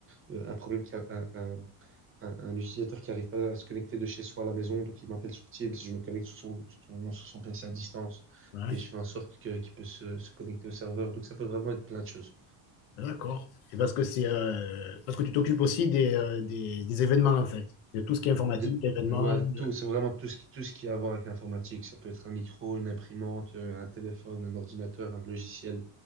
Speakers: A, on the right; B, on the left.
A: euh, un problème qui a, un, un- un, un utilisateur qui n'arrive pas à se connecter de chez soi à la maison, donc il m'appelle sur Teams, je me connecte sur son, sur son, sur son PC à distance
B: ouais.
A: et je fais en sorte que, qu'il peut se, se connecter au serveur. Donc ça peut vraiment être plein de choses.
B: D'accord. Et parce que c'est euh, parce que tu t'occupes aussi des, euh, des, des événements, en fait. De tout ce qui est informatique,
A: De-
B: événements.
A: ouais,
B: de-
A: tout, c'est vraiment tout ce qui, tout ce qui a à voir avec l'informatique. Ça peut être un micro, une imprimante, euh, un téléphone, un ordinateur, un logiciel,